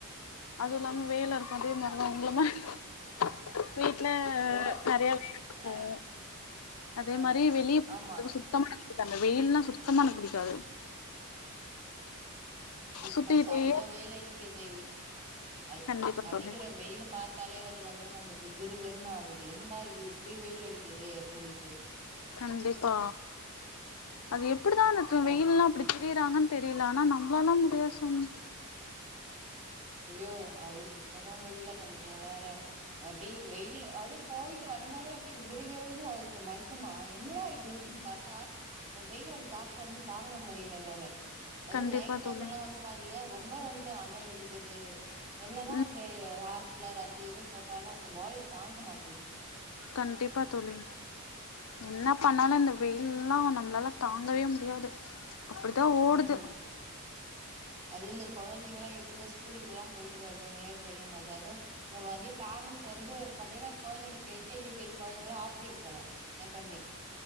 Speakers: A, on the left; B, on the right.
A: அது இல்லாம வேல இருக்கு அதே <inaudible> வீட்ல
B: ஓ
A: நெறைய வீட்டுக் போவோ
B: ஆ
A: அதே
B: ஆ
A: மாரி வெளிப்
B: ஆமா
A: சுத்தமா <inaudible> எனக் அந்த வெயில்னா சுத்தமா எனக் புடிக்காது
B: இப்ப
A: சுத்திக்கிட்டே
B: சம்ம வெயில் அடிக்கிது அ
A: கண்டிப்பா
B: அடிக்கிற
A: தோழி
B: வெயிலு பாத்தாலே வந்து பாத்தீன்னா நம்ளுக்கு கிறுகிறுன் ஆகுது என்னடா இது இப்டி வெயில் அடிக்குதே அப்டின்ட்டு
A: கண்டிப்பா அது எப்டிதா <unintelligible>
B: பா
A: வெயில்லா அப்டி தெரிறாங்கன் தெரியில ஆனா நம்ளாலா முடியாது சாமி
B: ஐயோ அது சுத்தமா முடியலங்க நீங்க வேற அப்டி வெயில் அப்டி போயிட்டு வந்தாலே அப்டி கிறு கிறுன்னுது மயக்கமா என்னடா இது அப்டி பாத்தா இந்த வெயிலோட தாக்க வந்து தாங்க முடியல வேற அது
A: கண்டிப்பா
B: நைட் டைம்
A: தோழி
B: எல்லா வந்து பாத் பாதீனா ரொம்ப வந்து அனல் அடிக்குது என்னதா
A: ம்
B: அந்த எ ஏர் கூலர் அது இது போட்டாலு அந்த பாயில் தாங்க மாட்டிது
A: கண்டிப்பா தோழி என்ன பண்ணாலு இந்த வெயில்லா நம்மளால தாங்கவே முடியாது அப்டிதா ஓடுது
B: ம் அது இந்த கொழந்தைங்களா எப்டிதா ஸ்கூலுக்கெல்லா போயிட்டு வருதுகளே தெரியுமதாது இந்த மாதி பேரன்ட்ஸ் வந்து பாத்தீங்கனா கொழந்தைங்களுக்கு L K G U K G கொழந்தைங்களா ஆஃப்டே போல எப்பமே